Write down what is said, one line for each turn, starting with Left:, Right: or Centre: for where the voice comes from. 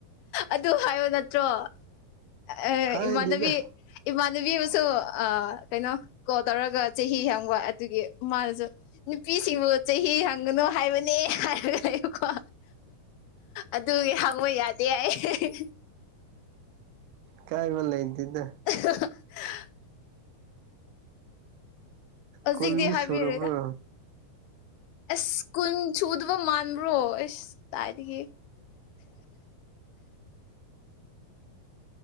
Left: ꯑꯗꯨ ꯍꯥꯏꯌꯣ ꯅꯠꯇ꯭ꯔꯣ ꯑꯦ
Right: ꯍꯥꯏꯗꯦꯗ
Left: ꯏꯃꯥꯟꯅꯕꯤ ꯏꯃꯥꯟꯅꯕꯤ ꯑꯃꯁꯨ ꯑ ꯀꯩꯅꯣ ꯀꯣꯜ ꯇꯧꯔꯒ ꯆꯍꯤ ꯍꯡꯕ ꯑꯗꯨꯒꯤ ꯃꯥꯅꯁꯨ ꯅꯨꯄꯤꯁꯤꯡꯕꯨ ꯆꯍꯤ ꯍꯪꯒꯅꯨ ꯍꯥꯏꯕꯅꯦ ꯍꯥꯏꯔꯒ ꯂꯩꯕꯀꯣ ꯑꯗꯨꯒꯤ ꯍꯥꯡꯕ ꯌꯥꯗꯦ ꯍꯥꯏꯑꯦ
Right: ꯀꯥꯏꯕꯂꯩꯇꯦꯗ
Left: <unintelligible> ꯍꯧꯖꯤꯛꯇꯤ
Right: ꯀꯣꯟꯗꯤ
Left: ꯍꯥꯏꯕꯤꯔꯦꯗ
Right: ꯁꯨꯔꯕ꯭ꯔꯣ
Left: ꯑꯁ ꯀꯨꯟ ꯁꯨꯗꯕ ꯃꯥꯟꯕ꯭ꯔꯣ ꯑꯁ ꯀꯥꯏꯗꯒꯤ